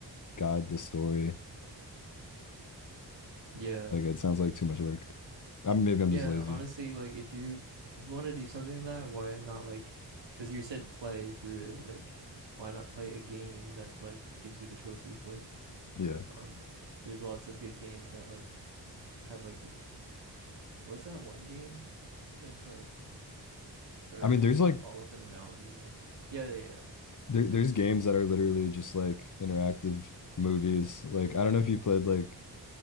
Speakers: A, on the left; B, on the right.
A: guide the story.
B: Yeah.
A: Like it sounds like too much work. I mean, maybe I'm
B: Yeah,
A: just lazy.
B: honestly like if you if you want to do something like that, why not like, cause you said play through it like why not play a game that like gives you the choices like
A: Yeah.
B: um there's lots of good games that like have like r- what's that one game? It's like they're
A: I mean, there's
B: like
A: like
B: all up in the mountain and yeah, yeah, yeah.
A: there,
B: Sorry.
A: there's games that are literally just like interactive movies. Like I don't know if you played like